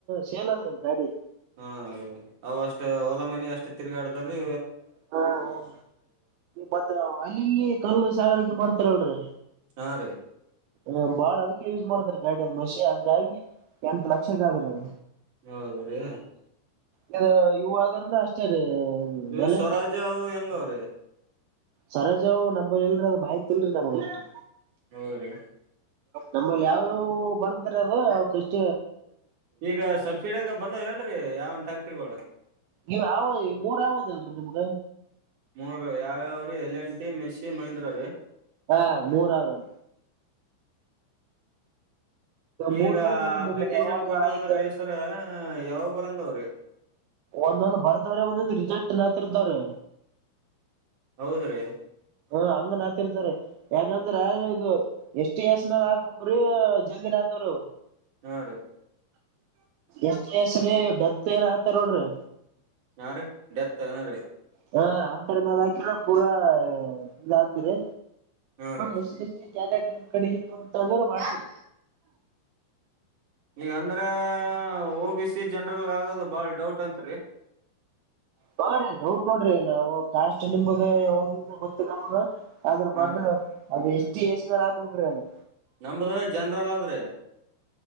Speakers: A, on the right; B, on the right.
A: ಸೇಲ್ದ್ರೆ ಗಾಡಿ
B: ಹಾ ರೀ ಅವ ಅಷ್ಟ್ ಓಲಾ ಮನಿ ಅಷ್ಟು ತಿರುಗಾಡತಾರೀ
A: ಹಾ ಹ ಮತ್ತ ಅಲ್ಲಿಲ್ಲಿ ಕಲ್ಲು ಸಾಗಾಣಿಕೆ ಮಾಡ್ತಾರಲ್ರರಿ
B: ಹಾ ರೀ
A: ಹ ಬಾಳ ಅದಕ್ಕೆ ಯೂಸ್ ಮಾಡ್ತಾರ ಗಾಡದ ಮಷಿ ಹಂಗಾಗಿ ಎಂಟ ಲಕ್ಷಕ್ಕಾದ್ರೆವು
B: ಹೌದ್ರೀ
A: ಇ ಇವಾದ್ರನು ಅಷ್ಟೇ ರೀ
B: ಇ
A: ಎಲ್
B: ಸ್ವರಾಜ ಅವ ಯಂಗಾವ್ರ
A: ಸರೋಜಾವ್ ನಂಬ್ಿ ಇಲ್ರರಿ ಅದ್ ಮಾಹಿತಿ ಇಲ್ರರಿ ನಮಗೆ ಎಷ್ಟು
B: ಹೌದ್ರಿ
A: ನಮ್ಮಲ್ಲಿ ಯಾವ್ಯಾವವು ಬರ್ದ್ರ ಅದ ಅವ ಕಷ್ಟ
B: ಈಗ ಸಬ್ಸಿಡ ಆಗ ಬಂದ್ ಏನ್ರೀ ಯಾವನ್ ಟ್ಯಾಕ್ಟ್ರಿಗಳು
A: ನೀ ಆವ ಮೂರ್ ಆವ ಇದದಲ್ರರಿ ನಿಮ್ಗ
B: ಮೂರ್ ಯಾವ್ಯಾವ್ರೀ L N T Massey Mahindra ರೀ
A: ಹಾ ಮೂರಾವರ
B: ಈಗ
A: ಮೂರ್ದಾಗ ನೋಡ್ರಿ
B: ಅಪ್ಲಿಕೇಶನ್
A: ನಿಮ್ದ ಯಾವಾಗ
B: ಕೊಟ್ಟಿವ
A: ಆಯ್ಕೆ
B: ಅಂದ್ರ ರಸರ ಯಾವ ಬರಂಗ ಅವ್ರಿ
A: ಒಂದೊಂದು್ ಬರ್ತವ್ರ ಒಂದೊಂದು್ ರಿಜಲ್ಟ್ ನತಿರ್ತವ್ರೆ
B: ಹೌದ್ರೀ
A: ಹ ಹಂಗ ನಾತಿರ್ತಾರ ಯಾಕಂದ್ರ ಈಗ ಎಷ್ಟು ಎಸ್ ಮೇಾಲ ಹಾಕ ಹೋಗ್ರಿ ಜ ಿನ ತರು
B: ಹಾ ರೀ
A: ಎಷ್ಟ ವಸ್ರೀ ಡತ್ ಏ ಹತಾರ ನೋಡ್ರಿ
B: ಹಾ ರೀ ಡೆತ್ ಹಾ ರೀ
A: ಹ ಅಂತರ ಮೇಾಲ ಹಾಕ್ರ ಪೂರಾ ಇದ ಆಗ್ತರಿ
B: ಹಾ ರೀ
A: ಎಷ್ಟ ಗ್ಯಾಲೆಡ್ರಮ್ ಕಡೆಗಿತ್ತು ಅಂತ ಅಂದ್ರೆ ಮಾಡ್ಸರ
B: ಈಗಂದ್ರ ಓ ಬಿ ಸಿ ಜನ್ರಲ್ ಆಗದು ಬಾಳ ಡೌಟ್ ಅಂತ
A: ಹ ರೀ ಡೌಟ ನೋಡ್ರಿ ನಾವು ಕಾಸ್ಟ್ ನಿಮದು ಯಾವಗಿಂದರ ಗೊತ್ತಿಲ್ಲ ನಮಗ ಅದ್ರ
B: ಹಾ
A: ಬದಲ
B: ರೀ
A: ಅದು ಎಷ್ಟ ಹೆಚ್ಚಿಗ ಎಷ್ಟನ ಹಾಕ್ಬೇಕ್ರಿ ಅದು
B: ನಂಬದ ಜನ್ರಲ ಆದ್ರಿ